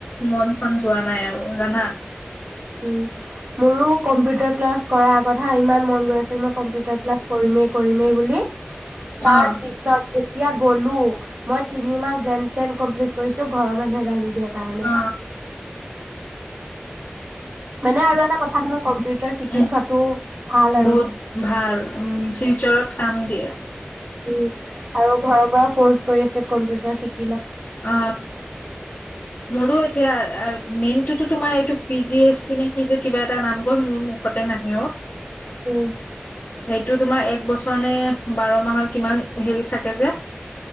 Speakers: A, on the left (about 50°); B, on the right (about 45°).
A: মন চন যোৱা নাই আৰু জানা।
B: উম মোৰো কম্পিউটাৰ ক্লাছ কৰাৰ কথা ইমান মন গৈ আছিল মই কম্পিউটাৰ ক্লাছ কৰিমেই কৰিমে। বুলি তাৰ
A: অ
B: পিছত এতিয়া গ'লো মই তিনি মাহ যেন তেন কমপ্লিট কৰিছো ঘৰৰ মানুহে গালি দিয়ে। কাৰণে।
A: অ
B: মানে আৰু এটা কথা নহয় কম্পিউটাৰ শিকি
A: উ
B: থোৱাটো ভাল
A: বহুত
B: আৰু
A: ভাল উ ফিউচাৰত। কামগে।
B: উম আৰু ঘৰৰ। কৰ্চ কৰি আছে কম্পিউটাৰ শিক।
A: অ মোৰো এতিয়া। মেইন টোতো তোমাৰ এইটো পি জি এছ টি নেকি যে কিবা এটা নাম গ'ল মোৰ মুখতে নাহে অ।
B: উম।
A: সেইটো তোমাৰ এক বছৰ নে বাৰ মাহৰ কিমান হেৰি থাকে যে।